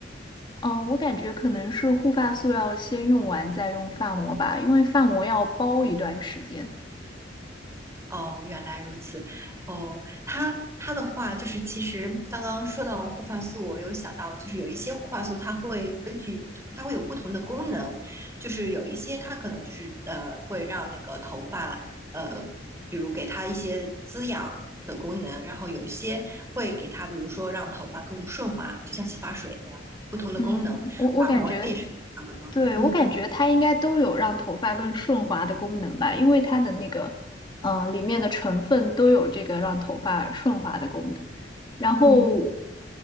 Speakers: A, on the left (about 25°); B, on the right (about 15°).
A: 嗯，我感觉可能是护发素要先用完再用发膜吧，因为发膜要包一段时间。
B: 哦，原来如此。哦，它它的话就是，其实刚刚说到护发素，我有想到，就是有一些护发素，它会根据它会有不同的功能，就是有一些它可能就是呃会让那个头发呃，比如给它一些滋养的功能，然后有一些会给它，比如说让头发更顺滑，就像洗发水那样的不同的功能。
A: 嗯，我我感觉，
B: 发膜也是这样的吗？
A: 对，
B: 嗯
A: 我感觉它应该都有让头发更顺滑的功能吧，因为它的那个，嗯、里面的成分都有这个让头发顺滑的功能。然后，
B: 嗯，